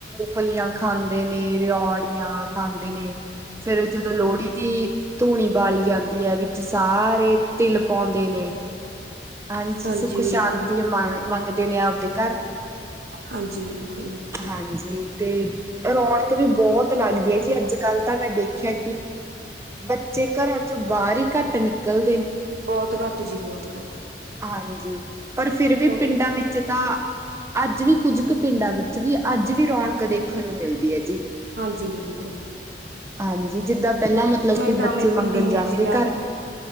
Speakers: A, on the right (about 15°); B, on the right (about 60°).
A: ਫਲੀਆਂ ਖਾਂਦੇ ਨੇ ਰਿਓੜੀਆਂ ਖਾਂਦੇ ਨੇ ਫਿਰ ਲੋੜੀ ਦੀ ਧੂਣੀ ਬਾਲੀ ਜਾਂਦੀ ਹ ਵਿੱਚ ਸਾਰੇ ਤਿਲ ਪਾਉਂਦੇ ਨੇ ਅੰਜ
B: ਹਾਂਜੀ
A: ਸੁਖ
B: ਬਿਲਕੁਲ
A: ਸ਼ਾਂਤੀ ਦਿਨੇ ਆਪਦੇ ਘਰ
B: ਹਾਂਜੀ ਬਿਲਕੁਲ ਬਿਲਕੁਲ
A: ਹਾਂਜੀ ਤੇ ਰੌਣਕ ਵੀ ਬਹੁਤ ਲੱਗਦੀ ਹ ਜੀ ਅੱਜ ਕੱਲ ਤਾਂ ਮੈਂ ਦੇਖਿਆ ਪਰ ਜੇਕਰ ਵਾਰ ਹੀ ਘੱਟ ਨਿਕਲ
B: ਬਹੁਤ ਘੱਟ ਜੀ ਬਹੁਤ ਘੱਟ
A: ਹਾਂਜੀ ਪਰ ਫਿਰ ਵੀ
B: ਕਿਉਂਕਿ
A: ਪਿੰਡਾਂ ਵਿੱਚ ਤਾਂ ਅੱਜ ਵੀ ਕੁਝ ਕੁ ਪਿੰਡਾਂ ਵਿੱਚ ਵੀ ਅੱਜ ਵੀ ਰੌਣਕ ਦੇਖਣ ਨੂੰ ਮਿਲਦੀ ਹੈ
B: ਹਾਂਜੀ ਬਿਲਕੁਲ
A: ਹਾਂਜੀ ਜਿੱਦਾਂ ਪਹਿਲਾਂ ਮਤਲਬ ਕਿ
B: ਟਾਮੇ
A: ਬੱਚੇ
B: ਪਿੰਡੀ
A: ਮੰਗਣ
B: ਨੇ
A: ਜਾਂਦੇ
B: ਜੀ ਨਾ
A: ਘਰ